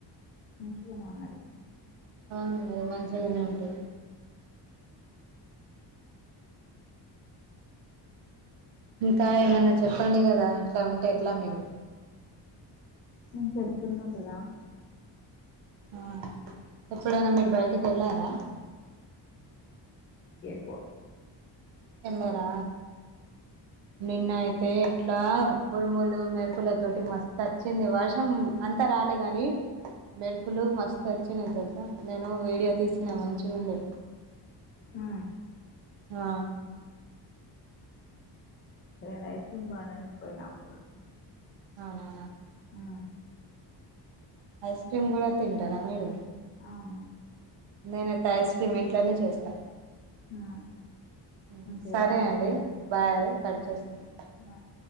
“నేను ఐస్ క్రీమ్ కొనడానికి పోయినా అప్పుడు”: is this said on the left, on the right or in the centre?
Left